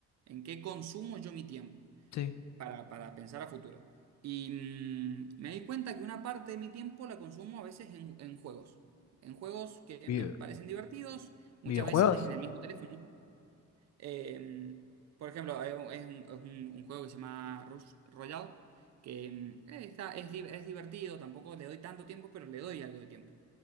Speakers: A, on the right; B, on the left.
A: en qué consumo yo mi tiempo
B: sí.
A: para, para pensar a futuro. Y mm, me di cuenta que una parte de mi tiempo la consumo a veces en, en juegos, en juegos que
B: Video-
A: me parecen divertidos, muchas
B: videojuegos.
A: veces en el mismo teléfono. Eh, por ejemplo, hay un- es un, es un- un juego que se llama Rush Royale, que mm, eh, está, es, di- es divertido, tampoco le doy tanto tiempo, pero le doy algo de tiempo.